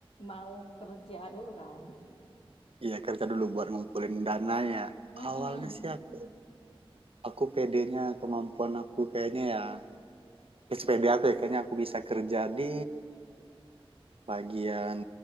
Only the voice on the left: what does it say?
mau kerja dulu kan?
Mm-mm.